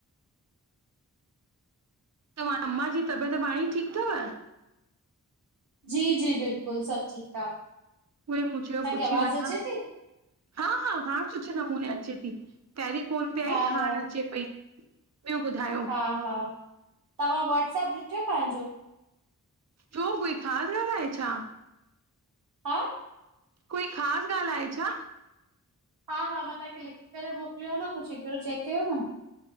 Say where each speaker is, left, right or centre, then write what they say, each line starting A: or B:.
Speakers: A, on the right; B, on the right.
A: तव्हां, अम्मा जी तबियत पाणी ठीकु तव।
B: जी जी बिल्कुलु, सभु ठीकु आ।
A: उओई मूं चयो
B: तव्हांखे
A: पुछी
B: आवाज़
A: वठां
B: अचे थी?
A: हा हा हा सुठे नमूने अचे थी पहिरीं फोन पे
B: हा
A: आई, हाण
B: हा
A: अचे पई। ॿियो ॿुधायो,
B: हा हा, तव्हां वॉट्सप ॾिठो पांजो।
A: छो, कोई ख़ासि ॻाल्हि आहे छा?
B: आ
A: कोई ख़ासि ॻाल्हि आहे छा?
B: हा हा मां तांखे लिखी करे मोकिलियो आ न कुझु हिकु भेरो चेक कयो न